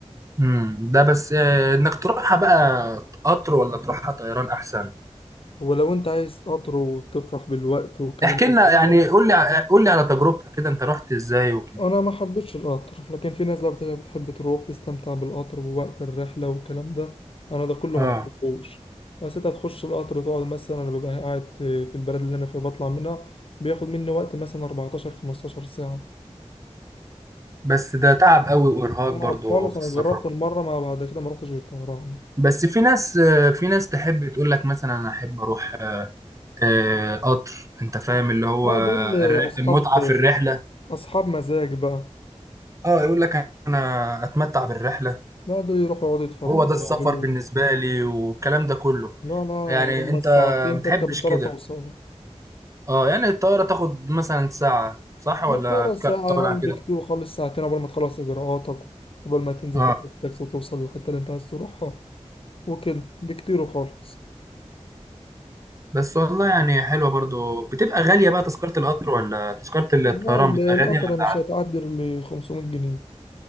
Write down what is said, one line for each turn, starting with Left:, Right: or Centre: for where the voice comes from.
Right: امم ده بس آه، انك تروحها بقى قطر ولا تروحها طيران احسن
Left: ولو انت عايز قطر وتفرح بالوقت والكلام
Right: احكي
Left: ده
Right: لنا
Left: كله
Right: يعني قول لي ع- قول لي على تجربتك كده انت رحت ازاي وكده
Left: انا ما حبيتش القطر لكن في ناس بقى بتلاقي بتحب تروح تستمتع بالقطر ووقت الرحلة والكلام ده انا ده كله
Right: اه
Left: ما بحبوش بس انت هتخش القطر تقعد مثلا انا ببقى قاعد في البلد اللي انا فيها بطلع منها بياخد مني وقت مثلا 14 15 ساعة
Right: بس ده تعب قوي وارهاق برضو
Left: صعب خالص
Right: في
Left: انا
Right: السفر
Left: جربت المرة ما بعد كده ما رحتش غير طهران
Right: بس في ناس آه، في ناس تحب تقول لك مثلا انا احب اروح آه، قطر انت فاهم اللي هو
Left: لا دول
Right: الر-
Left: أصحاب
Right: المتعة في الرحلة
Left: أصحاب مزاج بقى
Right: اه يقول لك انا اتمتع بالرحلة
Left: بعدوا يروحوا يقعدوا يتفرجوا
Right: وهو ده السفر
Left: ويعملوا
Right: بالنسبة لي والكلام ده كله
Left: لا لا
Right: يعني
Left: هما
Right: انت
Left: الساعتين
Right: متحبش
Left: تركب الطيارة
Right: كده
Left: توصل
Right: اه يعني الطيارة تاخد مثلا ساعة صح ولا
Left: ما الطيارة
Right: تك-
Left: ساعة
Right: تطول
Left: أول
Right: عن كده
Left: بكتير وخلص ساعتين قبل ما تخلص إجراءاتك قبل ما تنزل
Right: اه
Left: تركب التاكسي وتوصل للحتة اللي أنت عايز تروحها وكده بكتير وخالص
Right: بس والله يعني حلوة برضو بتبقى غالية بقى تذكرة القطر ولا تذكرة الطيران
Left: لا ال-
Right: بتبقى غالية
Left: القطر
Right: ولا
Left: ده مش
Right: عادي؟
Left: هتعدي ل 500 جنيه